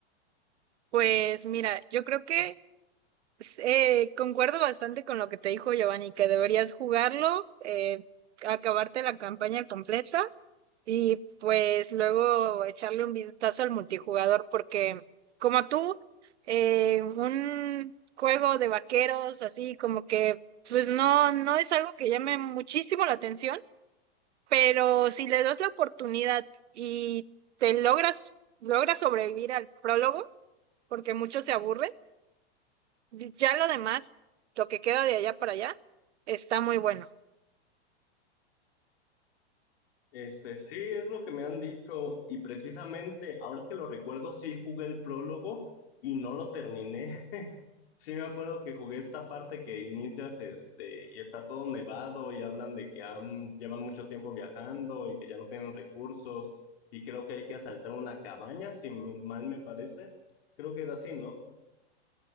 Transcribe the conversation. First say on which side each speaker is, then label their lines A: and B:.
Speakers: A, on the right; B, on the left.
A: Pues mira, yo creo que eh, concuerdo bastante con lo que te dijo Giovanni, que deberías jugarlo, eh, acabarte la campaña completa y pues luego echarle un vistazo al multijugador porque como tú, eh, un juego de vaqueros así como que pues no, no es algo que llame muchísimo la atención, pero si le das la oportunidad y te logras, logras sobrevivir al prólogo, porque muchos se aburren, ya lo demás, lo que queda de allá para allá, está muy bueno.
B: Este, sí, es lo que me han dicho, y precisamente ahora que lo recuerdo, sí jugué el prólogo y no lo terminé. Sí, me acuerdo que jugué esta parte que inicias, este, y está todo nevado y hablan de que han, llevan mucho tiempo viajando y que ya no tienen recursos y creo que hay que asaltar una cabaña, si me- mal me parece. Creo que era así, ¿no?